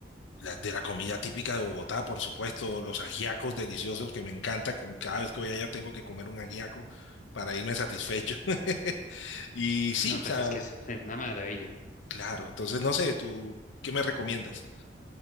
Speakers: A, on the left; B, on the left.
A: la- de la comida típica de Bogotá, por supuesto, los ajiacos deliciosos que me encanta. Con, cada vez que voy allá tengo que comer un ajiaco para irme satisfecho. <laughs> Y sí,
B: No,
A: o
B: pues
A: sea,
B: es que es, es una maravilla.
A: claro. Entonces, no sé, ¿tú qué me recomiendas?